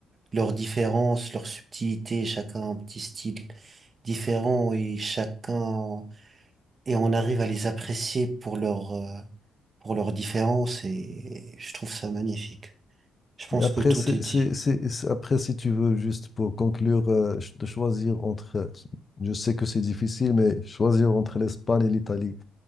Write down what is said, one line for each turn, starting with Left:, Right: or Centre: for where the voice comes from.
Right: leurs différences, leurs subtilités, chacun a un petit style différent et chacun et on arrive à les apprécier pour leur euh, pour leurs différences et je trouve ça magnifique. Je pense
Left: Et après,
Right: que tout
Left: c'est,
Right: est dit.
Left: c'est- c'est- c'est- après, si tu veux, juste pour conclure, euh, ch- de choisir entre, je sais que c'est difficile, mais choisir entre l'Espagne et l'Italie,